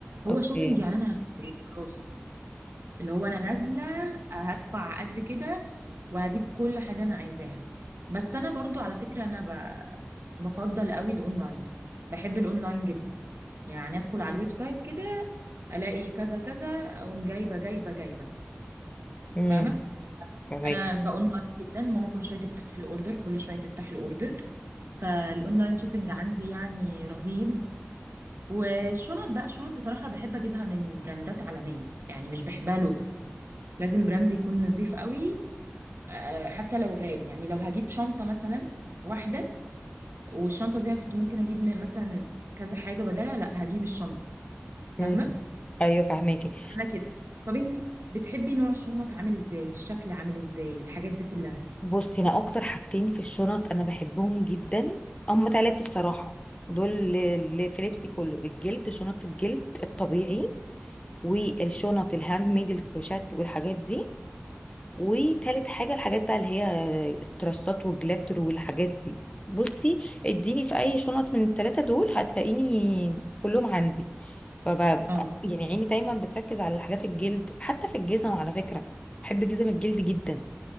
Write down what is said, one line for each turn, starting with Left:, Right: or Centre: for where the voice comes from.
Right: هو
Left: اوكي
Right: شوبينج يعني انا هفلس خلاص اللي هو انا نازله هدفع قد كده وهجيب كل حاجة أنا عايزاها بس أنا برضو على فكرة أنا ب- بفضل قوي الأونلاين بحب الأونلاين جدا يعني أدخل على الويب سايت كده ألاقي كذا كذا أقوم جايبة جايبة جايبة
Left: امم
Right: فاهمة
Left: فهماكي
Right: أنا بأونلاين جدا ماما كل شوية تفتح الأوردر كل شوية تفتح الأوردر فالأونلاين شوبينج عندي يعني رهيب والشنط بقى الشنط بصراحة بحب أجيبها من براندات عالمية يعني مش بحبها لوكال لازم براند يكون نظيف قوي آه، حتى لو غالي يعني لو هجيب شنطة مثلا واحدة والشنطه دي انا كنت ممكن اجيب من- مثلا كذا حاجه بدلها لا هجيب الشنطه فاهمه
Left: امم ايوه فهماكي
Right: انا كده طب انت بتحبي نوع الشنط عامل ازاي الشكل عامل ازاي الحاجات دي كلها
Left: بصي انا اكتر حاجتين في الشنط انا بحبهم جدا هم ثلاثه الصراحه دول اللي في لبسي كله الجلد شنط الجلد الطبيعي والشنط الهاند ميد الكروشات والحاجات دي وتالت حاجه الحاجات بقى اللي هي استرسات وجلاتر والحاجات دي بصي اديني في اي شنط من الثلاثه دول هتلاقيني كلهم عندي فببقى
Right: اه
Left: يعني عيني دايما بتركز على الحاجات الجلد حتى في الجزم على فكره بحب جزم الجلد جدا